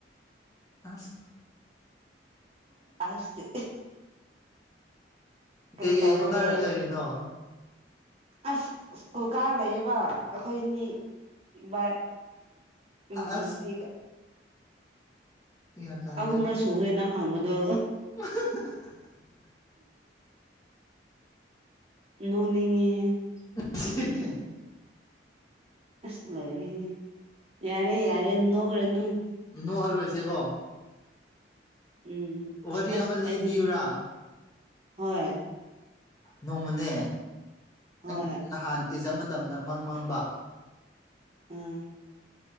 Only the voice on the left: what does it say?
ꯑꯁ
ꯀꯩꯀꯩ
ꯍꯣꯠꯅꯔ ꯂꯩꯔꯤꯅꯣ
ꯑꯁ ꯒ꯭ꯌꯥꯟ ꯇꯥꯗ꯭ꯔꯦꯗ
<unintelligible>
<unintelligible>
ꯅꯣꯛꯑꯔꯣꯏꯁꯦꯀꯣ
ꯋꯥꯔꯤ
ꯑꯃ ꯂꯤꯕꯤꯌꯨꯔꯥ
ꯅꯣꯡꯃꯅꯦ
ꯑꯩ ꯅꯍꯥꯟ ꯑꯦꯛꯖꯥꯝ ꯃꯇꯝꯗ ꯃꯪ ꯃꯡꯕ